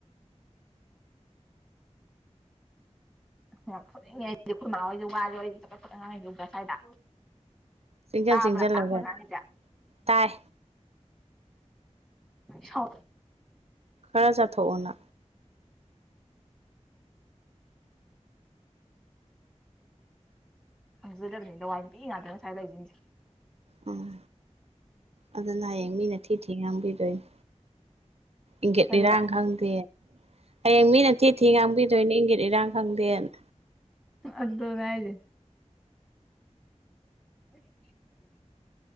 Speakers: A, in the centre; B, on the right.
A: ꯌꯥꯝ ꯐꯠꯅꯤꯡꯉ ꯍꯥꯏꯁꯗꯤ ꯈꯨꯔꯃꯥ ꯍꯣꯏꯁꯨ ꯋꯥꯁꯨꯁꯦ ꯐꯉ ꯌꯁ꯭ꯋꯥꯏꯗ
B: ꯆꯤꯡꯖꯟ
A: ꯇꯥꯕ꯭ꯔ
B: ꯆꯤꯡꯁꯤꯜꯂꯒ
A: ꯃꯥꯡꯗ
B: ꯇꯥꯏ
A: ꯁꯥꯎ
B: ꯔꯥ ꯆꯊꯣꯛꯑꯣꯅ
A: ꯈꯪꯖꯗꯕꯅꯤ ꯂꯋꯥꯏ ꯅꯨꯄꯤ ꯉꯥꯛꯇꯅꯤ ꯉꯁꯥꯏ ꯂꯩꯁꯤꯟꯁꯦ
B: ꯎꯝ ꯑꯗꯨꯅ ꯍꯌꯦꯡ ꯃꯤꯅ ꯊꯤ ꯊꯤ ꯉꯥꯡꯕꯤꯗꯣꯏꯅꯦ ꯏꯪꯒꯠ
A: ꯀꯔꯤ
B: ꯂꯩꯔꯥꯡ ꯈꯪꯗꯦ ꯍꯌꯦꯡ ꯃꯤꯅ ꯊꯤ ꯊꯤ ꯉꯥꯡꯕꯤꯗꯣꯏꯅꯦ ꯏꯪꯒꯤꯠ ꯏꯔꯥꯡ ꯈꯪꯗꯦꯅ
A: ꯑꯗꯨꯅꯦ ꯍꯥꯌꯖꯦ <unintelligible>